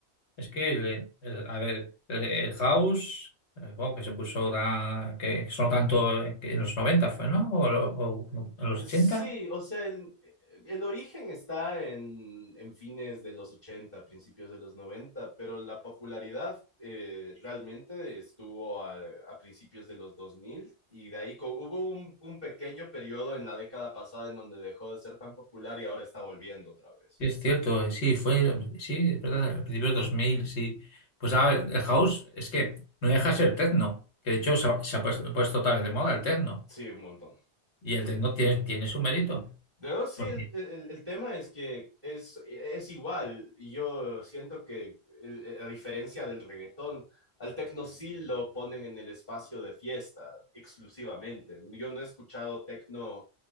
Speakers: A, on the left (about 80°); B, on the left (about 40°).
A: Es que, el- el- a ver, el, el House, eh, bueno, que se puso tan, que sonó tanto eh, que en los 90 fue, ¿no? O, lo- o- o en los
B: Sí,
A: ochenta
B: o sea, el, el origen está en, en fines de los 80, principios de los 90, pero la popularidad eh, realmente estuvo a, a principios de los 2000 y de ahí co- hubo un, un pequeño periodo en la década pasada en donde dejó de ser tan popular y ahora está volviendo otra vez.
A: Es cierto, eh, sí, fue, sí, es verdad, al principio de 2000 sí. Pues a ver, el house es que no deja de ser techno, que de hecho se ha, se ha puesto, puesto otra vez de moda el techno,
B: Sí, un montón.
A: y el techno tiene, tiene su mérito,
B: No, sí,
A: porque
B: el, el- el tema es que es, es igual. y Yo siento que, el- a diferencia del reggaetón, al tecno sí lo ponen en el espacio de fiesta exclusivamente. Yo no he escuchado tecno